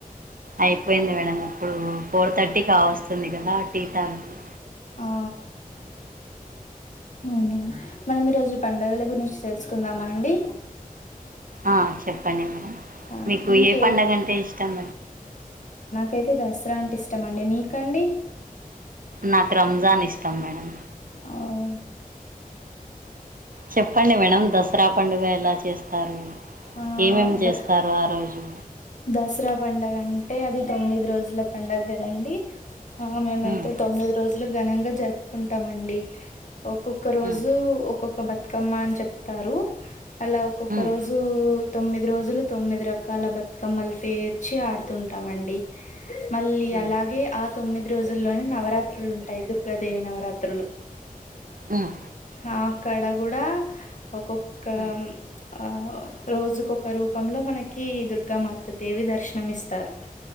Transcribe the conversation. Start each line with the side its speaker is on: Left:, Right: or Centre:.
Right: అయిపోయింది మేడం ఇప్పుడు ఫోర్ థర్టీ కావస్తుంది కదా టీ తాగాలి
Left: ఆ అవునా మనం ఈ రోజు పండుగల గురించి తెలుసుకుందామా అండి
Right: ఆ చెప్పండి మేడం
Left: ఆ
Right: మీకు
Left: మీకే
Right: ఏ పండుగ అంటే ఇష్టం
Left: కైతే దసరా అంటే ఇష్టమండి మీకండి
Right: నాకు రంజాన్ ఇష్టం మేడం
Left: అవు
Right: చెప్పండి మేడం దసరా పం పండుగ ఎలా చేస్తారు
Left: ఆ
Right: ఏమేమి చేస్తారు
Left: ద
Right: ఆ రోజు
Left: దసరా పండుగ అంటే అది తొమ్మిది రోజుల పండుగ కదండి ఆ మేమైతే
Right: ఉమ్
Left: తొమ్మిది రోజులు ఘనంగా జరుపుకుంటామండి ఒక్కొక్క రోజు
Right: హ్మ్.
Left: ఒక్కొక్క బతుకమ్మ అని చెప్తారు అలా ఒక్కొక్క
Right: హ్మ్.
Left: రోజు తొమ్మిది రోజులు తొమ్మిది రకాల బ కమ్మలు పేర్చి ఆడుతుంటామండి మళ్ళీ
Right: హ్మ్.
Left: అలాగే ఆ తొమ్మిది రోజుల్లోనే నవరాత్రులు ఉంటాయి దుర్గాదేవి నవరాత్రులు
Right: హ్మ్.
Left: హా అక్కడ కూడా ఒక్కొక్క
Right: హ్మ్.
Left: ఆ రోజుకోక రూపంలో మనకి దుర్గ కా మత్త దేవి దర్శనం ఇస్తారు